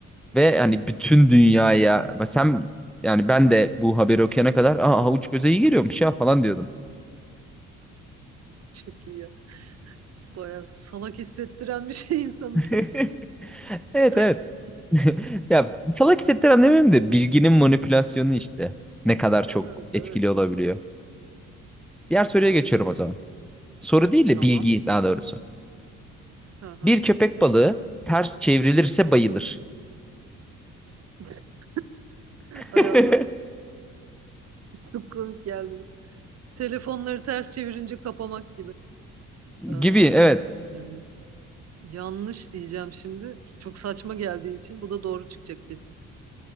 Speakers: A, on the right (about 55°); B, in the centre.
A: Hmm,
B: Ve hani bütün dünyaya sen yani ben de bu haberi okuyana kadar Aa, havuç göze iyi geliyormuş ya falan diyordum.
A: Çok iyi ya. Bayağı salak hissettiren bir şey insanın
B: <laughs>
A: kendini.
B: Evet
A: <laughs>
B: evet. <laughs> Ya salak hissettiren demeyeyim de bilginin manipülasyonu işte ne kadar çok
A: Evet
B: etkili
A: evet.
B: olabiliyor. Diğer
A: Evet,
B: soruya
A: Hakikaten.
B: geçiyorum o zaman. Soru değil de
A: Tamam.
B: bilgi daha doğrusu.
A: Hı hı.
B: Bir köpek balığı ters çevrilirse bayılır.
A: <laughs> Ay
B: <laughs>
A: Allah. Çok komik geldi. Telefonları ters çevirince kapamak gibi. Ee,
B: Gibi evet.
A: yani yanlış diyeceğim şimdi. Çok saçma geldiği için bu da doğru çıkacak kesin.